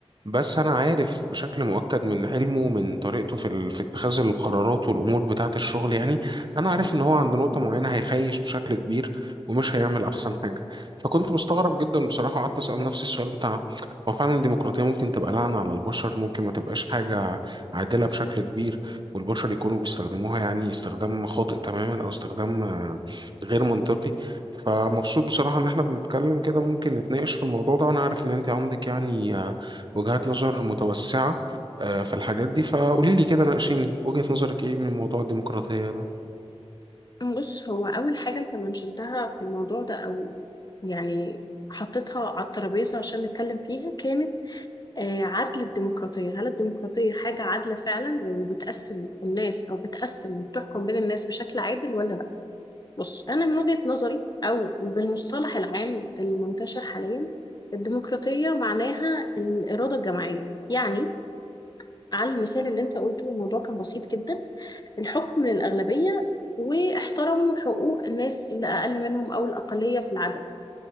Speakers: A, on the right; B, on the left.
A: بس انا عارف بشكل مؤكد من علمه من طريقته في ال... في اتخاذ القرارات والامور بتاعه الشغل يعني انا عارف ان هو عند نقطه
B: مهم.
A: معينه هيخيش بشكل كبير ومش هيعمل احسن حاجه فكنت مستغرب جدا بصراحه قعدت اسال نفسي السؤال بتاع هو فعلا الديمقراطيه ممكن تبقى لعنه على البشر ممكن ما تبقاش حاجه عادله بشكل كبير والبشر يكونوا بيستخدموها يعني استخدام خاطئ تماما او استخدام آه، غير منطقي فمبسوط بصراحة ان احنا بنتكلم كده ممكن نتناقش في الموضوع ده وانا عارف ان انت عندك يعني آه، وجهات نظر متوسعة آه، في الحاجات دي فقولي لي كده ناقشيني وجهة نظرك ايه من موضوع الديمقراطية
B: بص هو اول حاجه انت منشنتها في الموضوع ده او يعني حطيتها على الترابيزه عشان نتكلم فيها كانت آه، عدل الديمقراطيه هل الديمقراطيه حاجه عادله فعلا وبتقسم الناس او بتقسم وبتحكم بين الناس بشكل عادل ولا لا بص انا من وجهه نظري او بالمصطلح العام المنتشر حاليا الديمقراطيه معناها الاراده الجماعيه يعني على المثال اللي انت قلته الموضوع كان بسيط جدا الحكم للأغلبية واحترموا حقوق الناس اللي أقل منهم أو الأقلية في العدد